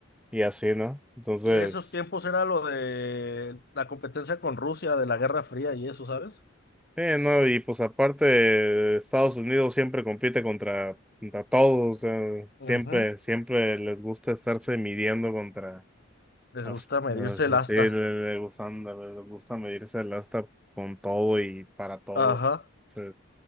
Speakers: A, in the centre; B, on the left.
A: y así, ¿no? Entonces,
B: Y en esos tiempos era lo de la competencia con Rusia, de la Guerra Fría y eso, ¿sabes?
A: eh, no, y pues aparte, Estados Unidos siempre compite contra, contra todos, o sea, siempre,
B: Ujú.
A: siempre les gusta estarse midiendo contra
B: Les
A: Hasta,
B: gusta medirse el
A: sí,
B: asta.
A: le, le gustan, le, le gusta medirse el hasta con todo y para todo.
B: Ajá.
A: Sí.